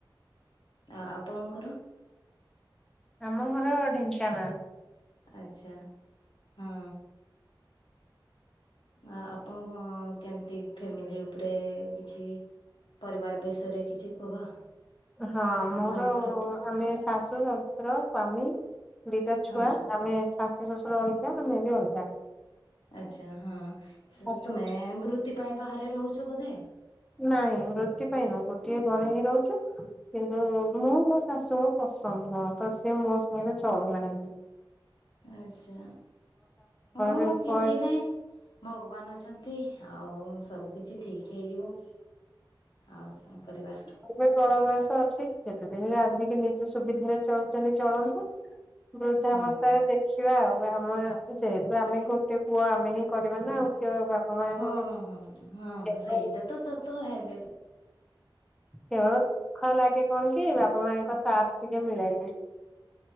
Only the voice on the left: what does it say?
ଆ ଆପଣଙ୍କର?
ଆଚ୍ଛା, ହଁ। ଆ ଆପଣ କଣ କେମିତି ଫ୍ୟାମିଲି ଉପରେ କିଛି। ପରିବାର ବିଷୟରେ କିଛି କୁହ?
ଆପଣଙ୍କର
ହଁ
ଆଚ୍ଛା, ହଁ ସେ
ତୁମେ ବୃତ୍ତି ପାଇଁ ବାହାରେ ରହୁଚ ବୋଧେ?
ଆଚ୍ଛା, ହଁ
କିଛି
ନାଇଁ। ଭଗବାନ ଅଛନ୍ତି, ଆଉ ସବୁ କିଛି ଠିକ୍ ହେଇଯିବ। ଆଉ କଣ କରିବା।
ହଁ
ହଁ, ହଁ, ହଁ
ସେଇଟା ତ ସତ ଏବେ।